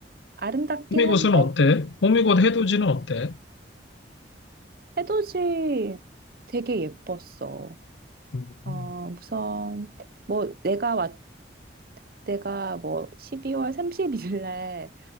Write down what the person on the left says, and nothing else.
호미곶은
어때? 호미곶 해돋이는 어때?
음,